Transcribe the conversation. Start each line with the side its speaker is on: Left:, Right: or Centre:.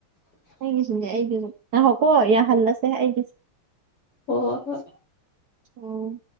Right: ꯑꯩꯒꯤꯁꯨꯅꯦ ꯑꯩꯒꯤꯁꯨ ꯉꯍꯧꯀꯣ ꯌꯥꯍꯜꯂꯁꯦ ꯑꯩꯒꯤꯁꯦ
Left: ꯍ ꯍꯣꯏ ꯍꯣꯏ
Right: ꯑꯣ